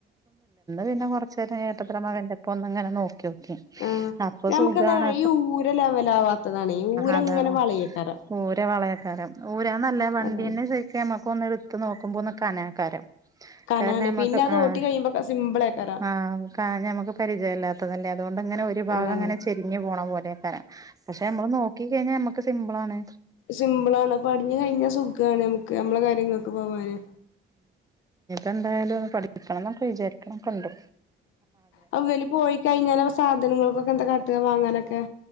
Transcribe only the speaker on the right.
പിന്നെ കൊറച്ച നേരം ഏട്ടത്ര മകന്റെപ്പ ഒന്ന ഇങ്ങനെ നോക്കി നോക്കി
അപ്പൊ
സുഖണ്.
അതാണോ
ഊര വളയക്കാരം ഊരാ നല്ല വണ്ടീന
ശരിക്കും നമ്മുക്ക് ഒന്ന് എടുത്ത് നോക്കുമ്പോ ഒന്ന് കനക്കാരം
കാരണം മക്ക
ആഹ
ആഹ ഞമുക്ക് പരിചയമല്ലാത്തതല്ലേ അതുകൊണ്ട് ഇങ്ങനെ ഒരു ഭാഗം
അങ്ങനെ ചെരിഞ്ഞു പോണ പോലെക്കാരൻ. പക്ഷെ നമ്മള് നോക്കി കഴിഞ്ഞാൽ നമ്മുക്ക് സിമ്പിൾ ആണ്
ഇനിപ്പ എന്തായാലും ഒന്ന് പഠിക്കണം എന്നൊക്കെ വിചാരിക്കണംക്കെ ഉണ്ട്.